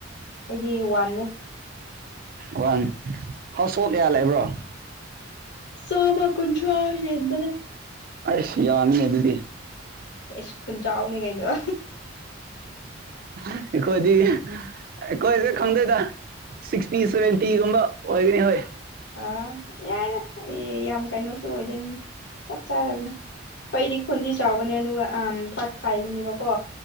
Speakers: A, on the left (about 60°); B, on the right (about 45°).
A: ꯑꯩꯗꯤ ꯋꯥꯟꯅꯟꯅꯦ
B: ꯋꯥꯟ ꯍꯥꯎ ꯁꯣ ꯀꯌꯥ ꯂꯩꯕ꯭ꯔꯣ
A: ꯆꯥꯝꯃ ꯀꯨꯟꯊ꯭ꯔꯥ ꯍꯦꯟꯕꯅꯦ
B: ꯑꯁ ꯌꯥꯅꯤ ꯑꯗꯨꯗꯤ
A: ꯑꯩꯁ ꯈꯨꯟ ꯆꯥꯎꯅꯤ ꯀꯩꯅꯣ
B: ꯑꯩꯈꯣꯏꯗꯤ ꯑꯩꯈꯣꯏꯁꯦ ꯈꯪꯗꯣꯏꯗ ꯁꯤꯛꯁꯇꯤ ꯁꯚꯦꯟꯇꯤꯒꯨꯝꯕ ꯑꯣꯏꯒꯅꯤ ꯍꯣꯏ
A: ꯑꯥ ꯌꯥꯅꯦ ꯑꯩ ꯌꯥꯝ ꯀꯩꯅꯣꯁꯨ ꯑꯣꯏꯗꯦ ꯆꯞ ꯆꯥꯔꯕꯅꯦ ꯑꯩꯣꯏꯗꯤ ꯈꯨꯟꯗꯤ ꯆꯥꯎꯕꯅꯦ ꯑꯗꯨꯒ ꯄꯠ ꯈꯥꯏꯕꯅꯦꯕꯀꯣ